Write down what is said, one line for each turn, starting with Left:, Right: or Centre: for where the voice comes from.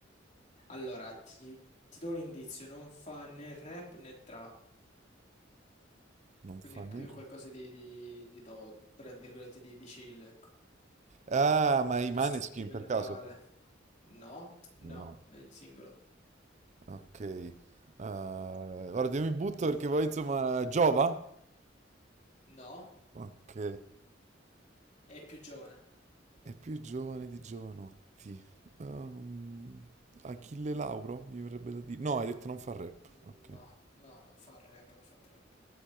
Left: Allora, ti, ti do un indizio, non fa né rap né trap,
Right: Non
Left: quindi
Right: fa
Left: è più
Right: né...
Left: qualcosa di, di, di do- tra virgolette, di, di chill, ecco.
Right: Ah, ma
Left: Un po'
Right: i
Left: più
Right: Maneskin
Left: sentimentale.
Right: per caso?
Left: No, no,
Right: No.
Left: è un singolo.
Right: Ok. Eh, guarda, io mi butto perché poi insomma giova.
Left: No,
Right: Ok.
Left: è più giovane.
Right: È più giovane di Giovanotti. Ehm, Achille Lauro, mi verrebbe da dire. No, hai detto non fa rap.
Left: Mm,
Right: Ok.
Left: No, no, non fa rap, non fa trap.